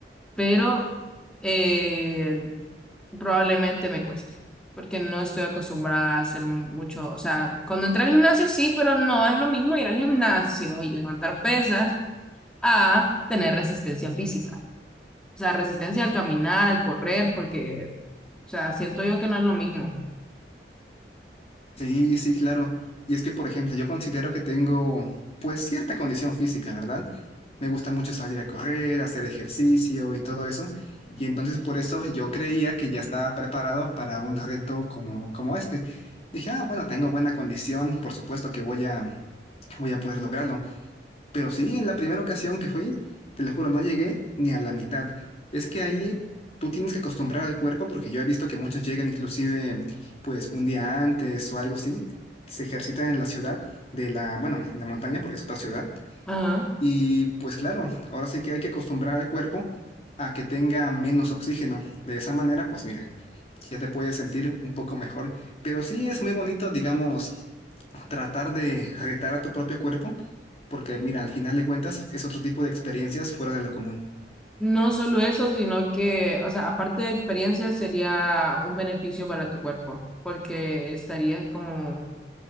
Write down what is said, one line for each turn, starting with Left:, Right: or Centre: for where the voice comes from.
Centre: pero eh, probablemente me cueste, porque no estoy acostumbrada a hacer mu- mucho, o sea, cuando entré al gimnasio sí, pero no es lo mismo ir al gimnasio y levantar pesas a tener resistencia física. O sea, resistencia al caminar, al correr, porque, o sea, siento yo que no es lo mismo.
Left: Sí, sí, claro. Y es que, por ejemplo, yo considero que tengo, pues, cierta condición física, ¿verdad? Me gusta mucho salir a correr, hacer ejercicio y todo eso. Y entonces por eso yo creía que ya estaba preparado para un reto como, como este. Dije, ah, bueno, tengo buena condición, por supuesto que voy a, voy a poder lograrlo. Pero sí, en la primera ocasión que fui, te lo juro, no llegué ni a la mitad. Es que ahí tú tienes que acostumbrar al cuerpo, porque yo he visto que muchos llegan inclusive pues un día antes o algo así, se ejercitan en la ciudad de la, bueno, en la montaña porque es otra ciudad.
Centre: Ajá.
Left: Y pues claro, ahora sí que hay que acostumbrar al cuerpo a que tenga menos oxígeno. De esa manera, pues mira, ya te puedes sentir un poco mejor. Pero sí es muy bonito, digamos, tratar de retar a tu propio cuerpo porque mira, al final de cuentas es otro tipo de experiencias fuera de lo común.
Centre: No solo eso, sino que, o sea, aparte de experiencia, sería un beneficio para tu cuerpo, porque estarías como,